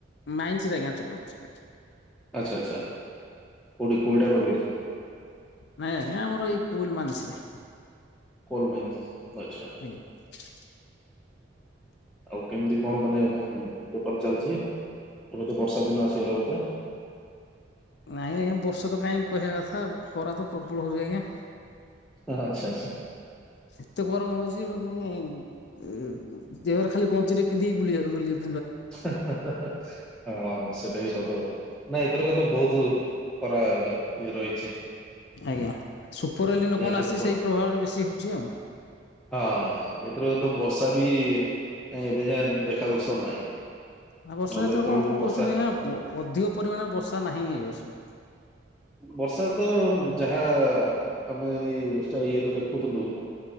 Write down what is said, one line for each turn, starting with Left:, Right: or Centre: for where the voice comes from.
Left: ମାଇଣ୍ଡ ସେଟ ଆଜ୍ଞା ଚଲଉଛି ଠିକ୍ ଅଛି
Centre: ଆଚଛା ଆଚ୍ଛା କଉଠ କୋଇଟା ପଡ଼ବେ
Left: ନାଇଁ ଆଜ୍ଞା ଆମର ଏଇ କୁଲ ମାନସରେ
Centre: କୋଲମାଇନ୍ସ ଆଚଛା
Left: ଆଜ୍ଞା। <inaudible>
Centre: ଆଉ କେମିତି କଣ ମାନେ ବେପାର ଚାଲିଛି ଏବେ ତ ବର୍ଷା ଦିନ ଆସିଗଲା ବୋଧେ
Left: ନାଇଁ ଆଜ୍ଞା ବର୍ଷା ତ କାହିଁକି କହିବା କଥା ଖରା ତ ପ୍ରବଳ ହଉଛି ଆଜ୍ଞା
Centre: ଆଚ୍ଛା ଆଚ୍ଛା
Left: ଏତେ ଗରମ ହଉଛିେ ଦେହରେ ଖାଲି ଗଞ୍ଜିରେ ପିନ୍ଧିକି ବୁଲି ବୁଲି
Centre: ହଁ ସେଟା ବି ସତ ନା ଏଥର କଥା ବହୁତ ପରା ଯ ରହିଛିେ
Left: ଆଜ୍ଞା ସୁପର ଏଲିନ୍ କଣ
Centre: ତ
Left: ଆସି
Centre: କୁହ।
Left: ସେଇ ପ୍ରଭାବରେ ବେଶୀ ହେଉଛି ଆଉ
Centre: ହଁ ଏଥିରକ ତ ବର୍ଷା ବି କାଇଁ ଏବେ ଯାଏ ଦେଖା ଦର୍ଶନ ନାହିଁ
Left: ନା ବର୍ଷା
Centre: ନହେଲେ
Left: ଏଥର
Centre: ଏତେବେଳକୁ
Left: କଣ କଣ
Centre: ବର୍ଷା
Left: କହୁଛନ୍ତି ଆଜ୍ଞା ଅଧିକ ପରିମାଣରେ ବର୍ଷା ନାହିଁ ଏବସ
Centre: ବର୍ଷା ତ ଯାହା ଆମେ ଏଇ ଇନଷ୍ଟା ୟେ ରୁ ଦେଖୁଥିଲୁ